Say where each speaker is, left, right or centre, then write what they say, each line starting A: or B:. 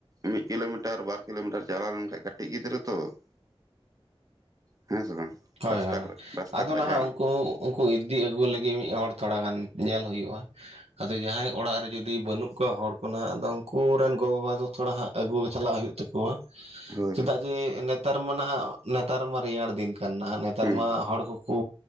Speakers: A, on the right; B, on the right.
A: ᱢᱤᱫ ᱠᱤᱞᱳᱢᱤᱴᱟᱨ ᱵᱟᱨ ᱠᱤᱞᱳᱢᱤᱴᱟᱨ ᱪᱟᱞᱟᱣ ᱞᱮᱱᱠᱟᱱᱡ ᱠᱟᱹᱴᱤᱡ ᱜᱤᱫᱽᱨᱟᱹ ᱛᱚ ᱾ ᱦᱮᱸ ᱥᱮ ᱵᱟᱝ?
B: ᱦᱳᱭ
A: ᱨᱟᱥᱛᱟ
B: ᱦᱳᱭ
A: ᱠᱚᱨᱮ ᱨᱟᱥᱛᱟ
B: ᱟᱫᱚ
A: ᱠᱚᱨᱮ
B: ᱱᱟᱦᱜ
A: ᱡᱟᱦᱟᱱᱟᱜ
B: ᱩᱱᱠᱩ ᱩᱱᱠᱩ ᱤᱫᱤ ᱟᱹᱜᱩ ᱞᱟᱹᱜᱤᱫ ᱢᱤᱫ ᱦᱚᱲ ᱛᱷᱚᱲᱟ ᱜᱟᱱ ᱧᱮᱞ ᱦᱩᱭᱩᱜᱼᱟ ᱟᱫᱚ ᱡᱟᱦᱟᱸᱭ ᱚᱲᱟᱜ ᱨᱮ ᱡᱩᱫᱤ ᱵᱟᱹᱱᱩᱜ ᱠᱚᱣᱟ ᱦᱚᱲ ᱠᱚ ᱦᱟᱸᱜ ᱟᱫᱚ ᱩᱱᱠᱩ ᱨᱮᱱ ᱜᱚ ᱵᱟᱵᱟ ᱫᱚ ᱛᱷᱚᱲᱟ ᱦᱟᱸᱜ ᱟᱹᱜᱩ ᱪᱟᱞᱟᱜ ᱦᱩᱭᱩᱜ ᱛᱟᱠᱚ ᱾ ᱦᱚᱭ
A: ᱦᱳᱭ
B: ᱪᱮᱫᱟᱜ
A: ᱦᱳᱭ
B: ᱡᱮ ᱱᱮᱛᱟᱨ ᱢᱟ ᱱᱟᱦᱜ ᱱᱮᱛᱟᱨ ᱢᱟ ᱨᱮᱭᱟᱲ ᱫᱤᱱ ᱠᱟᱱ ᱱᱟᱦᱟᱜ ᱱᱮᱛᱟᱨ
A: ᱦᱩᱸ
B: ᱢᱟ ᱦᱚᱲ ᱠᱚ ᱠᱩ